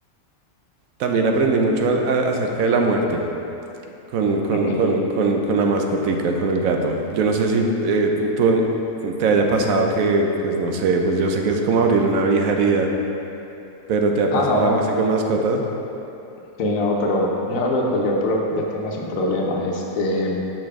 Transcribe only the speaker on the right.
también aprendí mucho al- a- acerca de la muerte con, con,
con, con, con la mascotica, con el gato. Yo no sé si eh, tú te haya pasado que, pues no sé, pues yo sé que es como abrir una vieja herida, pero ¿te ha
pasado
algo así
con mascotas?